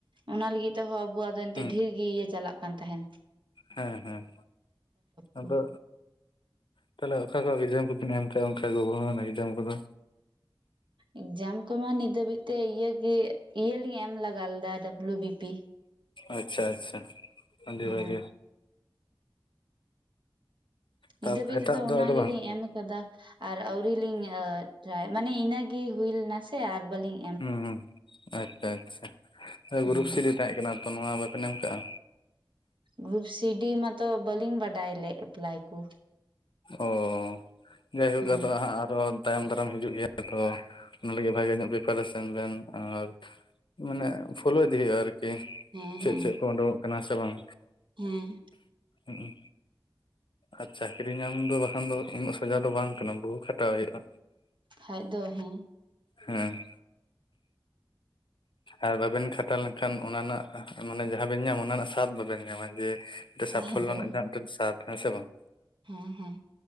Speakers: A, on the right; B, on the left.
A: ᱚᱱᱟ ᱞᱟᱹᱜᱤᱫ ᱛᱮᱦᱚᱸ ᱟᱵᱚᱣᱟᱜ ᱫᱚ ᱮᱱᱛᱮ
B: ᱦᱩᱸ
A: ᱰᱷᱤᱞ ᱜᱮ ᱤᱭᱟᱹ ᱪᱟᱞᱟᱜ ᱠᱟᱱ ᱛᱟᱸᱦᱮᱱ᱾
B: ᱦᱮᱸ ᱦᱮᱸ
A: ᱠᱚ
B: ᱟᱫᱚ ᱛᱟᱦᱚᱞᱮ ᱚᱠᱟ ᱠᱚ ᱮᱠᱡᱟᱢ ᱠᱚᱵᱤᱱ ᱮᱢ ᱠᱮᱫᱟ ᱚᱱᱠᱟ ᱜᱚᱵᱷᱚᱨᱢᱮᱱ ᱮᱠᱡᱟᱢ ᱠᱚᱫᱚ,
A: ᱮᱠᱡᱟᱢ ᱠᱚᱢᱟ ᱱᱤᱛ ᱫᱷᱟᱹᱵᱤᱡ ᱛᱮ ᱤᱭᱟᱹ ᱜᱤ ᱤᱭᱟᱹ ᱞᱤᱧ ᱮᱢ ᱞᱟᱜᱟ ᱞᱮᱫᱟ ᱰᱟᱵᱞᱩ ᱵᱤᱯᱤ᱾
B: ᱟᱪᱪᱷᱟ ᱟᱪᱪᱷᱟ ᱟᱹᱰᱤ
A: ᱦᱮᱸ
B: ᱵᱷᱟᱹᱜᱮ᱾
A: ᱱᱤᱛ
B: ᱛᱟᱯ
A: ᱫᱷᱟᱹᱵᱤᱡ
B: ᱮᱴᱟᱜ
A: ᱛᱮᱫᱚ
B: ᱫᱚ
A: ᱚᱱᱟ
B: ᱟᱫᱚ
A: ᱜᱮᱞᱤᱧ
B: ᱵᱟᱝ
A: ᱮᱢ ᱠᱟᱫᱟ᱾ ᱟᱨ ᱟᱣᱨᱤᱞᱤᱧ ᱟᱹ ᱴᱨᱟᱭ ᱢᱟᱱᱮ ᱤᱱᱟᱹᱜᱤ ᱦᱩᱭᱞᱱᱟ ᱥᱮ ᱟᱨ ᱵᱟᱹᱞᱤᱝ
B: ᱦᱩᱸ ᱟᱪᱪᱷᱟ ᱟᱪᱪᱷᱟ
A: ᱦᱮᱸ
B: ᱜᱩᱨᱩᱯ ᱥᱤᱰᱤ ᱛᱟᱦᱮᱸ ᱠᱟᱱᱟ ᱛᱚ ᱱᱚᱣᱟ ᱵᱟᱵᱮᱱ ᱮᱢ ᱠᱟᱜᱼᱟ?
A: ᱜᱨᱩᱯ ᱥᱤᱰᱤ ᱢᱟᱛᱚ ᱵᱟᱹᱞᱤᱝ ᱵᱟᱰᱟᱭ ᱞᱮᱫ ᱮᱯᱞᱟᱭ ᱠᱩ᱾
B: ᱚ ᱡᱟᱭᱦᱳᱠ
A: ᱦᱮᱸ
B: ᱟᱫᱚ ᱦᱟᱸᱜ ᱟᱨᱚ ᱛᱟᱭᱚᱢ ᱫᱟᱨᱟᱢ ᱦᱤᱡᱩᱜ ᱜᱮᱭᱟ ᱛᱚ ᱚᱱᱟ ᱞᱟᱹᱜᱤᱫ ᱵᱷᱟᱜᱮ ᱧᱚᱜ ᱯᱨᱤᱯᱟᱨᱮᱥᱮᱱ ᱵᱮᱱ, ᱟᱨ ᱢᱟᱱᱮ ᱯᱷᱳᱞᱳ ᱤᱫᱤ ᱦᱳᱭᱳᱜᱼᱟ ᱟᱨᱠᱤ
A: ᱦᱮᱸ
B: ᱪᱮᱫ
A: ᱦᱮᱸ
B: ᱪᱮᱫ ᱠᱚ ᱳᱰᱳᱠᱚᱜ ᱠᱟᱱᱟ ᱥᱮ ᱵᱟᱝ᱾
A: ᱦᱮᱸ᱾
B: ᱦᱩᱸ ᱩᱸ ᱟᱪᱪᱷᱟ᱾ ᱪᱟᱠᱨᱤᱧ ᱧᱟᱢ ᱫᱚ ᱵᱟᱠᱷᱟᱱ ᱫᱚ ᱩᱱᱟᱹᱜ ᱥᱚᱡᱟ ᱫᱚ ᱵᱟᱝ ᱠᱟᱱᱟ ᱵᱩᱦᱩ ᱠᱷᱟᱴᱟᱣ ᱦᱳᱭᱳᱜᱼᱟ᱾
A: ᱯᱷᱟᱡ ᱫᱚ ᱦᱮᱸ
B: ᱦᱮᱸ᱾ ᱟᱨ ᱵᱟᱵᱮᱱ ᱠᱷᱟᱴᱟᱣ ᱞᱮᱱᱠᱷᱟᱱ ᱚᱱᱟ ᱨᱮᱱᱟᱜ ᱢᱟᱱᱮ ᱡᱟᱦᱟᱸ ᱵᱮᱱ ᱧᱟᱢ ᱚᱱᱟ ᱨᱮᱱᱟᱜ ᱥᱟᱫ ᱵᱟᱵᱮᱱ ᱧᱟᱢᱟ, ᱡᱮ ᱴᱟ
A: ᱠᱷᱟᱡ
B: ᱥᱟᱯᱷᱚᱞᱞᱚ
A: ᱫᱚ
B: ᱨᱮᱱᱟᱜ ᱡᱟᱦᱟᱸ ᱢᱤᱫᱴᱮᱱ ᱥᱟᱫ ᱦᱮᱸ ᱥᱮ ᱵᱟᱝ?
A: ᱦᱮᱸ ᱦᱮᱸ